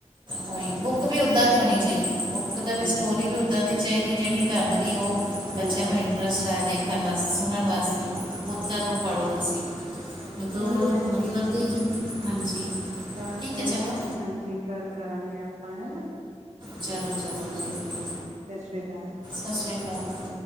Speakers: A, on the right; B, on the right.
A: ਉਹੀ ਬੁੱਕ ਵੀ ਉਦਾਂ ਦੀ ਹੋਣੀ ਚਾਹੀਦੀ ਬੁੱਕ ਦਾ ਵੀ
B: ਹਾਂਜੀ
A: ਸਟੋਰੀ ਵੀ ਓਦਾਂ ਦੀ ਚਾਹੀਦੀ ਜਿਹੜੀ ਢੰਗ ਦੀ ਉਹ।
B: ਸਹੀ
A: ਬੱਚਿਆਂ
B: ਗੱਲ
A: ਨੂੰ ਇੰਟਰਸਟ
B: ਹੈ, ਸਹੀ
A: ਆਇਆ
B: ਗੱਲ
A: ਦੇਖਣ
B: ਹੈ
A: ਵਾਸਤੇ ਸੁਣਨ ਵਾਸਤੇ
B: ਹਾਂਜੀ
A: ਉਹ ਜਦੋਂ ਪੜ੍ਹੋ ਤੁਸੀਂ ਤੋਂ
B: ਚਲੋ ਭੈਣ ਜੀ
A: ਮਤਲਬ ਦੇ ਜ ਹਾਂਜੀ
B: ਆ
A: ਠੀਕ
B: ਫਿਰ
A: ਹੈ ਚਲੋ
B: ਹਾਂਜੀ ਗੱਲ ਕਰਾਂਗੇ ਆਪਾਂ ਹੈਨਾ
A: ਚਲੋ ਚਲੋ
B: ਹਾਂਜੀ
A: ਜੀ ਓਕੇ
B: ਸਤਿ ਸ਼੍ਰੀ ਅਕਾਲ
A: ਸਤਿ ਸ਼੍ਰੀ ਅਕਾਲ